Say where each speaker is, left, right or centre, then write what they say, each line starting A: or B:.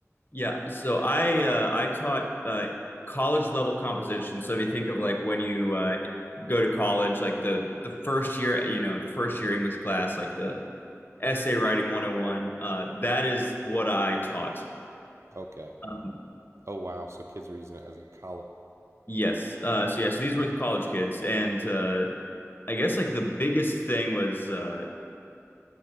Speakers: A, on the left (about 40°); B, on the right (about 65°).
A: yeah, so I uh, I taught uh, college level composition. So if you think of like when you uh, go to college, like the the first year, you know, the first year English class, like the essay writing 101, uh, that is what I taught.
B: Okay.
A: Um,
B: Oh wow. So kids are using it as a college.
A: yes. Uh, so yeah, so these were college kids, and uh, I guess like the biggest thing was. Uh,